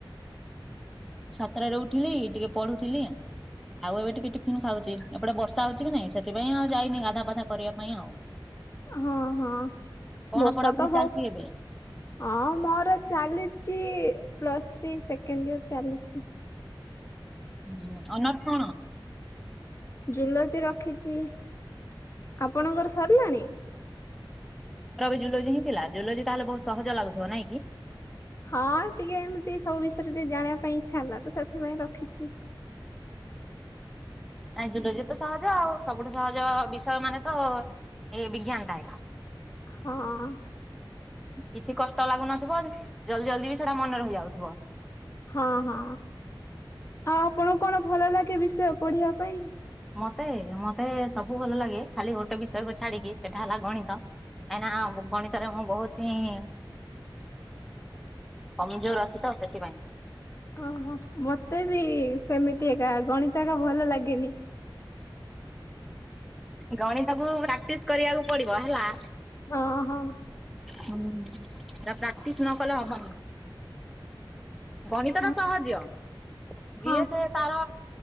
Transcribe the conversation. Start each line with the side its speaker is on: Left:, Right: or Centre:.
Centre: ସାତଟା ରେ ଉଠିଲି ଟିକେ ପଢୁଥିଲି ଆଉ ଏବେ ଟିକେ ଟିଫିନ ଖାଉଛି। ଏପଟେ ବର୍ଷା ହଉଛି କି ନାଇଁ ସେଥିପାଇଁ ଆଉ ଯାଇନି ଗାଧା ଫାଧା କରିବା ପାଇଁ ଆଉ
Left: ହଁ ହଁ
Centre: କଣ
Left: ବର୍ଷା
Centre: ପଢାପଢି
Left: ତ ହଉ।
Centre: ଚାଲିଛି ଏବେ
Left: ହଁ ମୋର ଚାଲିଛି ପ୍ଲସ୍ ଥ୍ରୀ ସେକେଣ୍ଡ ଇର ଚାଲିଛି
Centre: ହୁଁ ଅନସ୍ କଣ?
Left: ଜୁଓଲୋଜି ରଖିଛି। ଆପଣ ଙ୍କର ସାରିଲାଣି?
Centre: ଜୁଓଲୋଜି ହିଁ ଥିଲା ଜୁଲୋଜି ତାହେଲେ ବହୁତ ସହଜ ଲାଗୁଥିବ ନାଇଁ କି?
Left: ହଁ ଟିକେ ଏମିତି ସବୁ ବିଷୟରେ ଟିକେ ଜାଣିବା ପାଇଁ ଇଚ୍ଛା ହେଲା ତ ସେଥିପାଇଁ ରଖିଛି <inaudible>
Centre: ନାଇ ଜୁଓଲୋଜି ତ ସହଜ ଆଉ ସବୁଠୁ ସହଜ ବିଷୟ ମାନେ ତ ଏଇ ବିଜ୍ଞାନ କାଇ <inaudible>
Left: ହଁ!
Centre: କିଛି କଷ୍ଟ ଲାଗୁନଥିବ। ଜଲଦି ଜଲଦି ବି ସେଟା ମନେ ରହି ଯାଉଥିବ।
Left: ହଁ ହଁ ଆଉ ଆପଣଙ୍କୁ କଣ ଭଲ ଲାଗେ ବିଷୟ ପଢିବା ପାଇଁ?
Centre: ମତେ ମତେ ସବୁ ଭଲ ଲାଗେ ଖାଲି ଗୋଟେ ବିଷୟକୁ ଛାଡିକି ସେଟା ହେଲା ଗଣିତ। କାଇଁ ନା ଗଣିତରେ ମୁଁ ବହୁତ ହିଁ
Left: <unintelligible>
Centre: କମଜୋର ଅଛି ତ ସେଥିପାଇଁ।
Left: ଅହ ମତେ ବି ସେମିତି ଏକା ଗଣିତ ଏକା ଭଲ ଲାଗେନି।
Centre: ଗଣିତକୁ ପ୍ରାକ୍ଟିସ କରିବାକୁ ପଡିବ ହେଲା।
Left: ହଁ ହଁ।
Centre: ହୁଁମ୍ ହେରା ପ୍ରାକ୍ଟିସ ନ କଲେ ହବନି। ଗଣିତ
Left: ହଁ
Centre: ଟା ସହଜ ଯିଏ
Left: ହଁ
Centre: ସେ ତାର